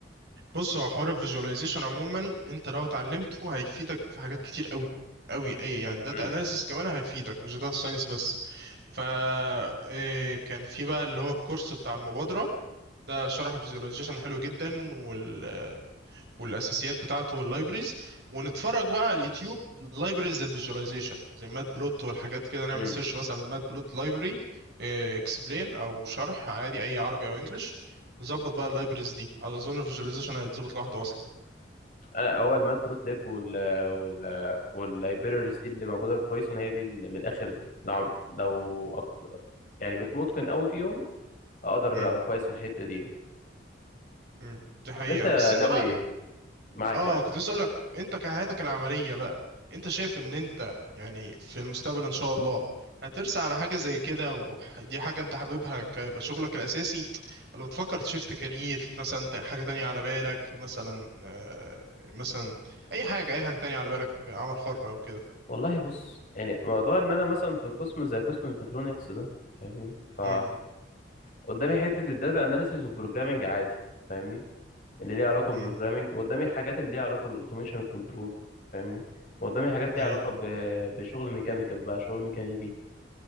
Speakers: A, on the right (about 60°); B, on the left (about 45°).
A: بص هو حوار الفيجواليزيشن عموما انت لو اتعلمته هيفيدك في حاجات كتير قوي قوي اي يعني داتا
B: امم
A: اناليسس كمان هيفيدك مش داتا ساينس بس ف إيه، كان في بقى اللي هو الكورس بتاع المبادرة ده شرح فيزيواليزيشن حلو جدا وال... والاساسيات بتاعته واللايبريز ونتفرج بقى على اليوتيوب لايبريز الفيزيواليزيشن زي مات بلوت والحاجات كده نعمل
B: امم
A: سيرش مثلا مات بلوت لايبرري اكسبلين او شرح عادي اي عربي او انجليش نظبط بقى اللايبريز دي على اظن الفيزيواليزيشن هيتظبط لوحده اصلا
B: انا هو المات بلوت ليب وال وال واللايبريز دي اللي موجوده في بايثون هي دي اللي من الاخر لو عم- لو أكت... يعني بقيت متقن قوي فيهم هقدر
A: امم
B: ابقى كويس في الحته دي
A: امم دي حقيقة
B: طب انت
A: بس انت
B: ناوي
A: بقى
B: إيه؟ معاك
A: اه
B: معاك
A: كنت لسه اقولك انت كحياتك العمليه بقى انت شايف ان انت يعني في المستقبل ان شاء الله هترسى على حاجه زي كده ودي حاجه انت حاببها كيبقى شغلك الاساسي ولا بتفكر تشيفت كارير مثلا ت- حاجه تانية على بالك مثلا آه، مثلا اي حاجه اي حاجه تانية على بالك عمل حر او كده
B: والله بص يعني موضوع ان انا مثلا في قسم زي قسم ميكاترونكس ده فاهمني ف
A: امم
B: قدامي حته الداتا اناليسيز وبروجرامنج عادي فاهمني اللي ليها علاقه بالبروجرامنج
A: امم
B: قدامي حاجات اللي ليها علاقه بالاوتوميشن والكنترول فاهمني وقدامي حاجات
A: اي
B: ليها علاقه ب... بشغل ميكانيكال بقى شغل ميكانيكي